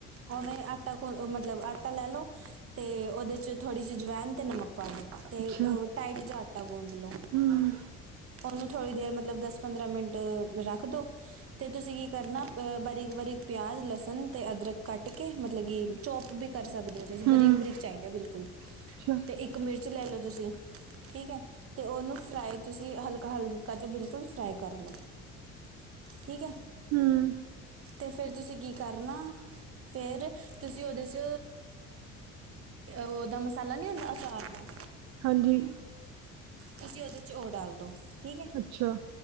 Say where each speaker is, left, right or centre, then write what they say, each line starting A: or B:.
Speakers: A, on the right (about 50°); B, on the right (about 65°).
A: ਓਵੇਂ ਆਟਾ ਕੋ ਮਤਲਬ ਆਟਾ ਲੈ ਲਓ ਅਤੇ ਉਹਦੇ 'ਚ ਥੋੜੀ ਜਿਹੀ ਜਵੈਨ ਤੇ ਨਮਕ ਪਾ ਲਉ ਅਤੇ
B: ਅੱਛਾ
A: ਟਾਈਟ ਜਿਹਾ ਆਟਾ ਗੂੰਦ ਲਉ
B: ਹਮ
A: ਉਹਨੂੰ ਥੋੜੀ ਦੇਰ ਮਤਲਬ ਦਸ ਪੰਦਰਾਂ ਮਿੰਟ ਰੱਖ ਦੋ ਤੇ ਤੁਸੀਂ ਕੀ ਕਰਨਾ ਬਾਰੀਕ ਬਾਰੀਕ ਪਿਆਜ ਲਸਣ ਤੇ ਅਦਰਕ ਕੱਟ ਕੇ ਮਤਲਬ ਕੀ ਚੋਪ ਵੀ ਕਰ ਸਕਦੇ ਹੋ ਤੁਸੀਂ
B: ਹਮ
A: ਬਰੀਕ ਬਰੀਕ ਚਾਹੀਦਾ ਬਿਲਕੁਲ ਅਤੇ
B: ਅੱਛਾ
A: ਇੱਕ ਮਿਰਚ ਲੈ ਲਓ ਤੁਸੀਂ ਠੀਕ ਹੈ ਤੇ ਉਹਨੂੰ ਫਰਾਈ ਤੁਸੀਂ ਹਲਕਾ ਹਲਕਾ ਜਿਹਾ ਬਿਲਕੁਲ ਫਰਾਈ ਕਰ ਲਓ ਠੀਕ ਹੈ।
B: ਹੂ,,,
A: ਤੇ ਫਿਰ ਤੁਸੀਂ ਕੀ ਕਰਨਾ ਫਿਰ ਤੁਸੀਂ ਉਹਦੇ 'ਚ ਉਹਦਾ ਮਸਾਲਾ ਨਹੀਂ ਹੁੰਦਾ ਅਚਾਰ ਦਾ
B: ਹਾਂਜੀ
A: ਤੁਸੀਂ ਉਹਦੇ 'ਚ'ਉਹ ਡਾਲ ਦਿਉ, ਠੀਕ ਹੈ।
B: ਅੱਛਾ